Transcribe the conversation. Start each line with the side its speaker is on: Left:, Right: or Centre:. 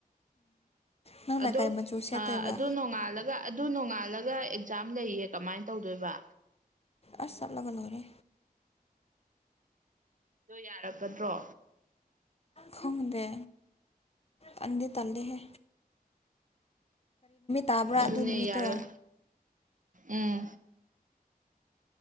Left: ꯅꯪꯅ
Right: ꯑꯗꯣ
Left: ꯀꯩ ꯃꯆꯨ ꯁꯦꯠꯇꯣꯏꯕ
Right: ꯑꯥ ꯑꯗꯣ ꯅꯣꯡꯉꯥꯜꯂ ꯑꯗꯨ ꯅꯣꯡꯉꯥꯜꯂꯒ ꯑꯦꯛꯖꯥꯝ ꯂꯩꯌꯦ ꯀꯃꯥꯏꯅ ꯇꯧꯗꯣꯏꯕ
Left: ꯑ ꯆꯠꯂꯒꯜ ꯑꯣꯏꯔꯦ
Right: ꯑꯗ ꯌꯥꯔꯛꯀꯗ꯭ꯔꯣ
Left: ꯈꯡꯗꯦ ꯇꯟꯗꯤ ꯇꯟꯂꯦ ꯍꯦ ꯇꯥꯕ꯭ꯔꯥ
Right: ꯑꯗꯨꯅꯦ
Left: ꯑꯗꯨ ꯅꯨꯃꯤꯠꯇꯣ
Right: ꯌꯥꯔꯣꯏ ꯎꯝ